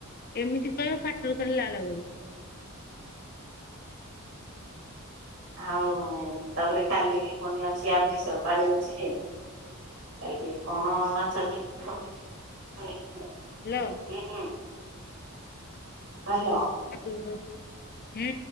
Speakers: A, on the left; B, on the right.
A: ଏମିତି କହିବ ପାଟରୁ ଖାଲି ଲାଳ ଗୋଳିବ।
B: ଆଉ ତାପରେ କାଲି ବି ପୁଣି ଅଛି ଆମିଷ ବାୟୁ ରୁଚିରେ। କାଲି କଣ ମାଛ କି <inaudible>
A: ହ୍ୟାଲୋ।
B: ହୁଁ। ହାଲୋ।
A: <inaudible> ହୁଁ।